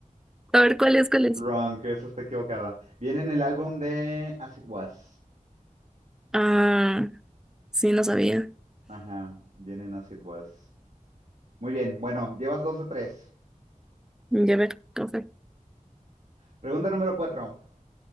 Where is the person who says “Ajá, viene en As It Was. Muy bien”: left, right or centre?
Right